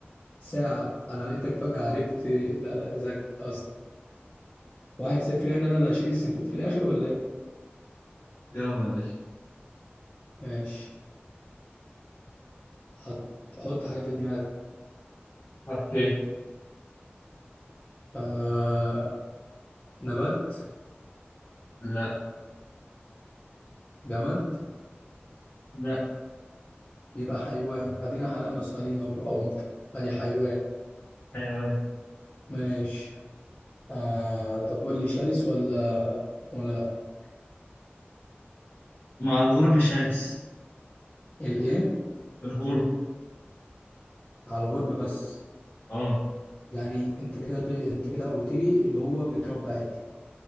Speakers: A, on the left (about 30°); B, on the left (about 55°).
A: ساعة أنا لقيتك فجأة عرفت لا لا ذكي أصلا واحد صفر يعني أنا اللي هشيل السفود في الآخر ولا إيه؟
B: يلا يا باشا
A: ماشي حط حط حاجة في دماغك
B: حطيت
A: آه... نبات
B: لا
A: جماد
B: لا
A: يبقى حيوان أدينا حرقنا سؤالين أهو بالأونطة أدي حيوان
B: حيوان
A: ماشي آه... طب قول لي شرس ولا ولا لأ
B: مع الغرب شرس
A: الإيه؟
B: الغرب
A: على الغرب بس
B: اه
A: يعني أنت كده أنت كده قلت لي اللي هو بيتربى عادي